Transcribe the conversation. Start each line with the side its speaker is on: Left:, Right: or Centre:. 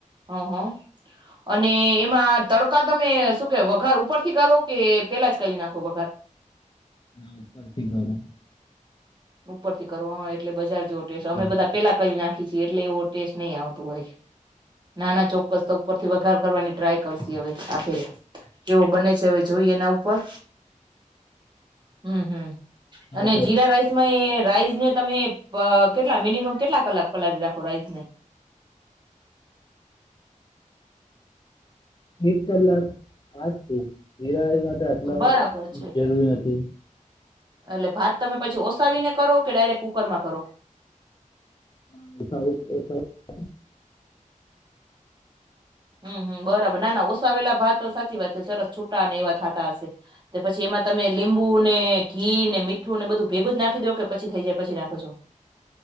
Right: હ હ અને એમાં તડકા તમે શું કે વઘાર ઉપરથી કરો કે પેલા જ કરી નાખો વઘાર
Left: ના ઉપરથી કરું
Right: ઉપર થી કરો એટલે બજાર જેવો ટેસ્ટ છે અમે
Left: હા,
Right: બધા પેલા ક કરી નાખી ખીચી એટલે એવો ટેસ્ટ નહી આવતું હોય નાના ચોક્કસ ઉપરથી વગાર કરવાની ટ્રાય કરશ હવે આફેરે કેવો બને છે હવે જોઈએ એના ઉપર હમ્મ, હમ્મ અને
Left: તો
Right: જીરા રાઈસ એ રાઈસને તમે પ અહ કેટલા મિનિમમ કેટલા કલાક પલાળ રાખો રાઈસને?
Left: એક કલાક આસ તો જીરા રાઈસ માટે આટલા
Right: બરાબર છે.
Left: જરૂરી નથી
Right: એટલે ભાત તમે પછી ઓ સાવીને કરો કે ડાયરેક્ટ કુકરમાં કરો?
Left: <inaudible>
Right: હમ્મ, હમ્મ. બરાબર ના ના ઓસાવેલા ભાત સાચી વાત છે સરસ છૂટા અને એવા થતા હશે તો પછી એમાં તમે લીંબુ ને ઘી ને મીઠું ને બધું ભેગું જ નાખી દો કે પછી થઈ જાય પછી નાખો છો?